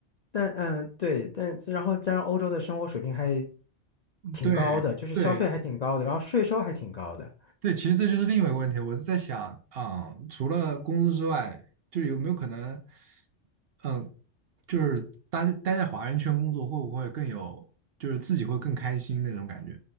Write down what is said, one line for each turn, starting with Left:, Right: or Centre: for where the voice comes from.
Left: 但嗯，对，但然后加上欧洲的生活水平还挺高的，
Right: <laughs> 对
Left: 就是消费还挺高的，
Right: 对
Left: 然后税收还挺高的。
Right: 对，其实这就是另外一个问题，我是在想啊、除了工资之外，就有没有可能？嗯。就是待待在华人圈工作会不会更有，就是自己会更开心那种感觉？